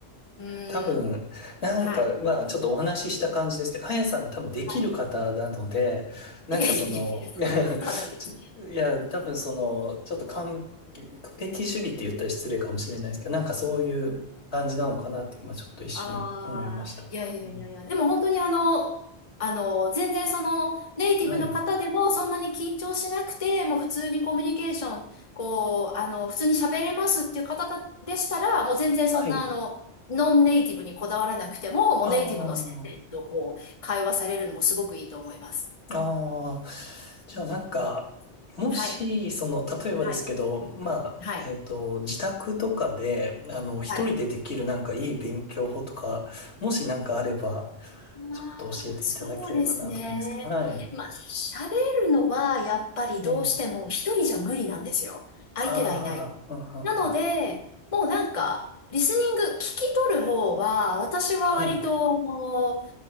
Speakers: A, on the left; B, on the left.
A: うーん。
B: 多分、なんか、
A: はい。
B: まあ、ちょっとお話しした感じですけど、あやさんが多分できる方なので、
A: はい。
B: なんかその、
A: いやいやいやいや、
B: <laughs>
A: そんなことはないです。
B: ちょいや、多分その、ちょっと完璧主義って言ったら失礼かもしれないですけど、なんかそういう感じなのかなって、今ちょっと一瞬思いました。
A: ああ、いやいやいやいや、
B: うん
A: でも本当にあの、あの、全然その、ネイティブの方でもそんなに緊張しなくて、
B: はい。
A: もう普通にコミュニケーション、こう、あの、普通に喋れますっていう方だでしたら、もう全然そんなあの、
B: はい。
A: ノンネイティブにこだわらなくても、もうネイティブの先生とこう、
B: ああ。
A: 会話されるのもすごくいいと思います。
B: ああ、じゃあなんか、
A: うん
B: もし、
A: はい。
B: その、例えばですけど、
A: はい。
B: まあ、
A: はい。
B: えっと、自宅とかで、あの、一人でできるなんかいい勉強法とか、
A: はい。
B: もしなんかあれば、
A: ああ、
B: ちょっと教えていただければなと思うんですけど。
A: そうですね。
B: はい。
A: まあ、喋るのはやっぱりどうしても一人じゃ無理なんですよ。
B: ええ。
A: 相手がいない。
B: ああ、うん、うんうん
A: なので、もうなんか、リスニング、聞き取る方は、私は割と、
B: はい。
A: もう、